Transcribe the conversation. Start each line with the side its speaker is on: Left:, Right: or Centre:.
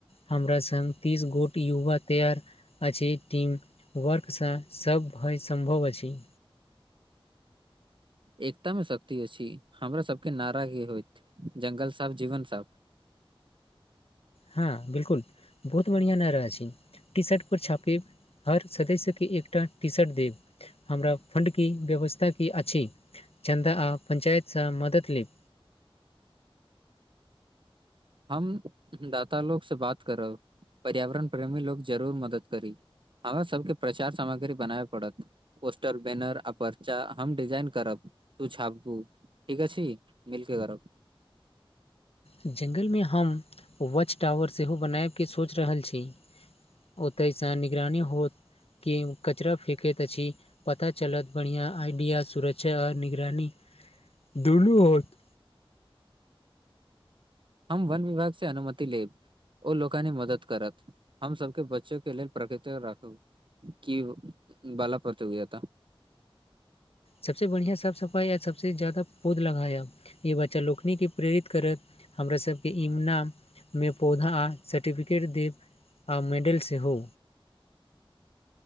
Left: हमरा संग तीस गोट युवा तैयार अछि टीम वर्कसँ सभ भय सम्भव अछि
Right: एकता मे शक्ति अछि हमरा सबके नारा एही होयत जंगल साफ जीवन साफ
Left: हँ बिल्कुल बहुत बढ़ियां नारा अछि टी शर्ट परर छापब हर सदस्यके एकटा टी शर्ट देब हमरा फंड के व्यवस्था की अछि चन्दा आ पंचायतसँ मदद लेब
Right: हम दाता लोग स बात करब पर्यावरण प्रेमी लोक जरूर मदद करी हमरा सबके प्रचार सामग्री बनायब पड़त पोस्टर बैनर आचा हम डिजाइन करब तू छापबू ठीक अछि मिलके करब
Left: जंगलमे हम वॉच टावर सेहो बनायब के सोचि रहल छी ओतयसँ निगरानी होत कि कचरा फेेकैत अछि पता चलत बढ़ियां आइडिया सुरक्षा आ निगरानी दुनु होत
Right: हम वन विभाग से अनुमति लेब ओ लोकानि मदद करत हम सबके बच्चो के लेल प्रकृति राखू की बाला प्रतियोगिता
Left: सबसे बढ़िआँ साफ सफाइ आ सबसे ज्यादा पौध लगाया य बच्चा लोकनी केप्रेरित करत हमरा सबके इमनामे पौधा आ सर्टिफिकेट देब आ मेडेल सेहो